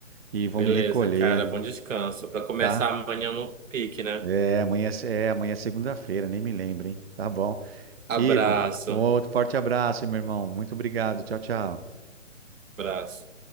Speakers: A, on the right; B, on the right.
A: E vou
B: Beleza,
A: me recolher,
B: cara, bom descanso. Para começar
A: tá?
B: amanhã no pique, né?
A: É, amanhã é, amanhã é segunda-feira, nem me lembro, hein? Tá bom.
B: Abraço,
A: Ivo, um outro forte abraço, meu irmão. Muito obrigado. Tchau, tchau.
B: abraço.